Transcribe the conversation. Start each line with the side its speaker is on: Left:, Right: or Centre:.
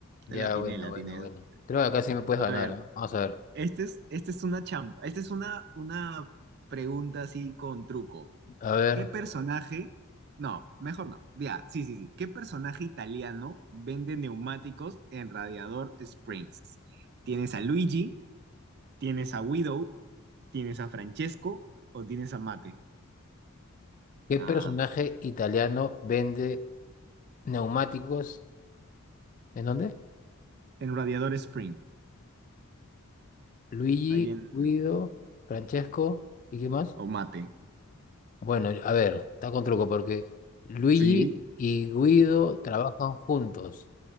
Left: Ya,
Right: Te la atiné,
Left: bueno,
Right: la
Left: bueno,
Right: atiné.
Left: bueno.
Right: eso. sí.
Left: Creo que acá sí me puedes
Right: A
Left: ganar,
Right: ver,
Left: ¿ah? Vamos a ver.
Right: esta es, esta es una champa. Esta es una, una pregunta así con truco.
Left: A ver,
Right: ¿Qué personaje? No, mejor no. Ya, sí, sí, sí. ¿Qué personaje italiano vende neumáticos en Radiador Springs? ¿Tienes a Luigi? ¿Tienes a Widow? ¿Tienes a Francesco? ¿O tienes a Mate?
Left: ¿qué
Right: Ah.
Left: personaje italiano vende neumáticos? ¿En dónde?
Right: en Radiador Spring,
Left: Luigi,
Right: ahí en
Left: Guido, Francesco, ¿y qué más?
Right: Omate.
Left: Bueno, a ver, está con truco porque Luigi
Right: Sí,
Left: y Guido trabajan juntos,